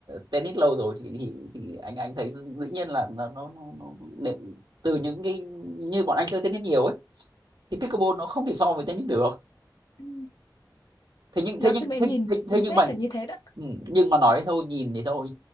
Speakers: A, on the right (about 80°); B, on the left (about 80°).
A: tennis lâu rồi thì thì, thì anh anh thấy dĩ nhiên là nó nó nó, nó để- từ những cái như bọn anh chơi tennis nhiều ấy thì pickleball nó không thể so với tennis được
B: Ừ.
A: thế nhưng
B: đó
A: thế nhưng
B: khi mà em
A: thế,
B: nhìn
A: thế, thế
B: chính
A: nhưng
B: xác
A: mà
B: là như thế đó
A: ừ, nhưng mà nói thôi nhìn thì thôi